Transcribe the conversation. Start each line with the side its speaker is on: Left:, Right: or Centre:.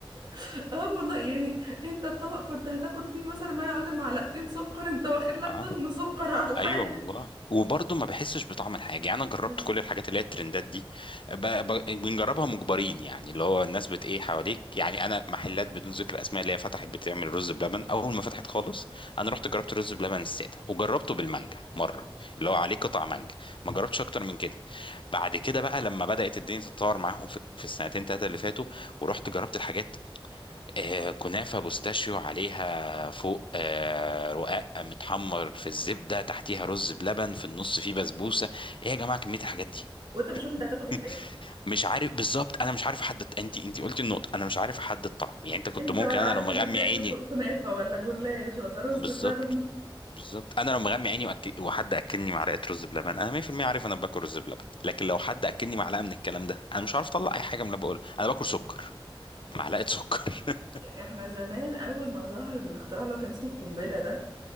Right: <laughs> اه والله يعني انت الطبق كنت هتاخد فيه مثلا ما يعادل معلقتين سكر انت واخد لك
Left: اه
Right: طن سكر على الحاجه
Left: ايوه والله وبرضه ما بحسش بطعم الحاجه يعني انا جربت
Right: بس
Left: كل الحاجات اللي هي الترندات دي ب... ب... بنجربها مجبرين يعني اللي هو الناس بت ايه حواليك يعني انا محلات بدون ذكر اسماء اللي هي فتحت بتعمل رز بلبن اول ما فتحت خالص انا رحت جربت الرز بلبن الساده وجربته بالمانجا مره
Right: اه
Left: اللي هو عليه قطع مانجا ما جربتش اكتر من كده بعد كده بقى لما بدات الدنيا تتطور معاهم في, في السنتين ثلاثه اللي فاتوا ورحت جربت الحاجات آه، كنافة بوستاشيو عليها فوق آه، رقاق متحمر في الزبدة تحتيها رز بلبن في النص فيه بسبوسة ايه يا جماعة كمية الحاجات دي
Right: وانت مش عارف انت هتاكل
Left: <laughs>
Right: ايه في الاخر
Left: مش عارف بالظبط انا مش عارف احدد انت انت قلتي النقطة انا مش عارف احدد الطعم يعني انت كنت
Right: انت
Left: ممكن
Right: ولا
Left: انا
Right: عارف
Left: لو مغمي
Right: انت اكلت
Left: عيني
Right: ك- كنافه ولا جلاش ولا رز
Left: بالظبط
Right: بلبن
Left: بالظبط انا لو مغمي عيني وأكل... وحد اكلني معلقة رز بلبن انا 100% عارف انا باكل رز بلبن لكن لو حد اكلني معلقة من الكلام ده انا مش عارف اطلع اي حاجة من اللي بقولها انا باكل سكر معلقة سكر <laughs>
Right: احنا زمان اول ما ظهر الاختراع اللي هو كان اسمه القنبله ده